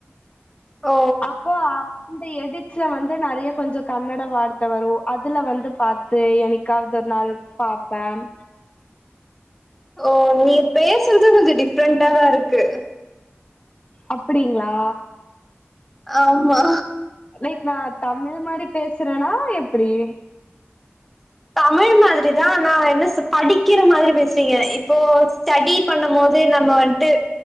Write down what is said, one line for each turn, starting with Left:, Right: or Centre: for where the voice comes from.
Centre: ஓ
Left: ஓ அப் இந்த எடிட்ஸ்ல வந்து நெறைய கொஞ்ச கன்னட வார்த்த வரு அதுல வந்து பாத்து எனக்காவது ஒரு நாள் பாப்பாம்
Centre: ஓ நீ பேசுறது கொஞ்ச டிஃப்ரெண்டண்டாதா இருக்கு
Left: அப்டிங்களா
Centre: ஆமா
Left: லைக் நா தமிழ் மாரி பேசுறேன்னா எப்டி
Centre: தமிழ் மாதிரி தா ஆனா என்ன சொ படிக்கிற மாதிரி பேசுறீங்க இப்போ ஸ்டடி பண்ணும் போது நம்ம வந்ட்டு